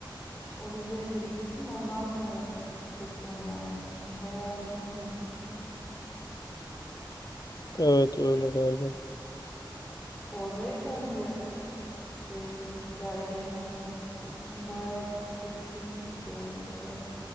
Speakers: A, on the left; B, on the left.
A: O vizeyle gittin, ondan sonra istek göndermiştin. Bayağı uzun sürmüştü.
B: Evet öyle galiba.
A: Oradayken de şeyin belgenin çıkması için bayağı bir koşturmuştuk oradan oraya.